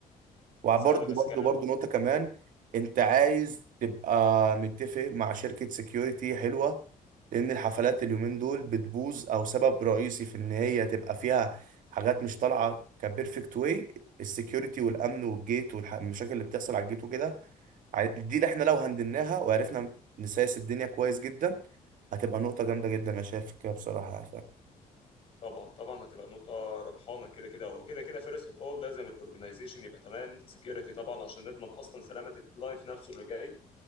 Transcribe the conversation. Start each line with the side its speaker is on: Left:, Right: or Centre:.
Right: وبرضه
Left: سهله بس
Right: برضه برضه نقطة كمان انت عايز تبقى متفق مع شركة سكيورتي حلوة لان الحفلات اليومين دول بتبوظ او سبب رئيسي في ان هي تبقى فيها حاجات مش طالعة كبيرفكت واي السكيورتي والامن والجيت والمشاكل اللي بتحصل على الجيت وكده ع- دي اللي احنا لو هندلناها وعرفنا نسايس الدنيا كويس جدا هتبقى نقطة جامدة جدا انا شايف كده بصراحة يعني فاهم.
Left: طبعا طبعا هتبقى نقطة ربحانة كده كده هو كده كده فيرست اوف اول لازم الاورجنايزيشن يبقى تمام سكيورتي طبعا عشان نضمن اصلا سلامة الكلاينت نفسه اللي جاي